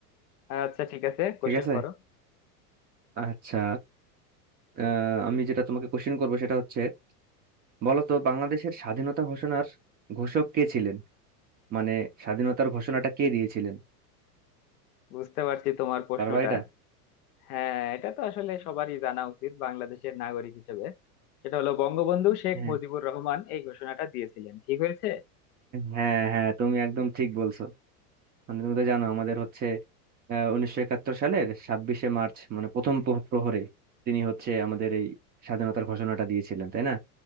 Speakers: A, on the left; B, on the right.
A: আচ্ছা ঠিক আছে কোশ্চেন
B: ঠিক আছে
A: করো
B: আচ্ছা আহ, আমি যেটা তোমাকে কোশ্চেন করবো সেটা হচ্ছে বলো তো বাংলাদেশের স্বাধীনতা ঘোষণার ঘোষক কে ছিলেন মানে স্বাধীনতার ঘোষণাটা কে দিয়েছিলেন
A: বুঝতে পারছি তোমার প্রশ্নটা
B: পারবা এটা
A: হ্যাঁ এটা তো আসলে সবারই জানা উচিত বাংলাদেশের নাগরিক হিসেবে সেটা হলো বঙ্গবন্ধু শেখ
B: হ্যাঁ
A: মুজিবুর রহমান এই ঘোষণাটা দিয়েছিলেন ঠিক হয়েছে
B: হ্যাঁ হ্যাঁ তুমি একদম ঠিক বলছো মানে তুমি তো জানো আমাদের হচ্ছে আহ, উনিশশো একাত্তর সালের ছাব্বিশে মার্চ মানে প্রথম প্র- প্রহরে তিনি হচ্ছে আমাদের এই স্বাধীনতার ঘোষণাটা দিয়েছিলেন তাই না